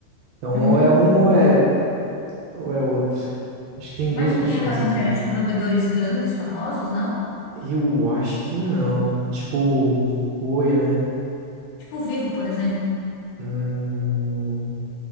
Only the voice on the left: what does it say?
Hum.
Mas
não
tem aquelas
internet de provedores grandes, famosos, não?
Tipo Vivo, por exemplo.